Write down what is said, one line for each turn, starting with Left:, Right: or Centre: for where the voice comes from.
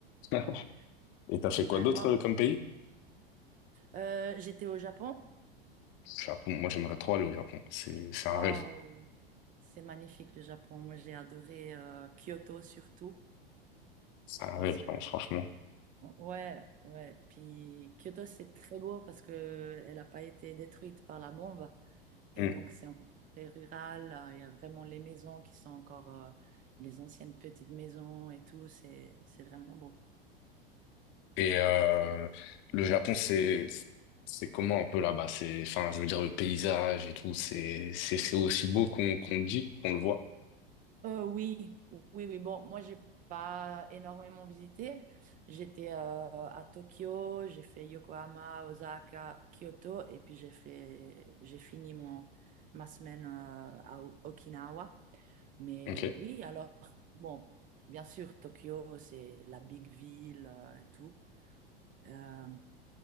Left: <laughs>
Right: Ouais.
Left: Et t'as fait
Right: Ouais,
Left: quoi d'autre
Right: non.
Left: euh, comme pays?
Right: Euh, j'étais au Japon.
Left: Japon, moi j'aimerais trop aller au Japon. C'est c'est
Right: Ah
Left: un rêve.
Right: oui. C'est magnifique le Japon. Moi, j'ai adoré euh, Kyoto surtout
Left: C'est un
Right: parce
Left: rêve,
Right: que
Left: vraiment, franchement.
Right: ouais, ouais. Puis Kyoto, c'est très beau parce que elle n'a pas été détruite par la bombe. Et
Left: Mm.
Right: donc, c'est encore très rural. euh, Il y a vraiment les maisons qui sont encore euh, les anciennes petites maisons et tout. C'est, c'est vraiment beau.
Left: Et euh, le Japon, c'est c'est comment un peu là-bas? C'est, enfin, je veux dire, le paysage et tout, c'est c'est c'est aussi beau qu'on qu'on le dit, qu'on le voit.
Right: Euh, oui, oui, oui. Bon, moi, j'ai pas énormément visité. J'étais euh, à Tokyo, j'ai fait Yokohama, Osaka, Kyoto, et puis j'ai fait, j'ai fini mon, ma semaine euh, à O- Okinawa. Mais
Left: Ok.
Right: oui, alors, bon, bien sûr, Tokyo, c'est la big ville euh, et tout. Euh,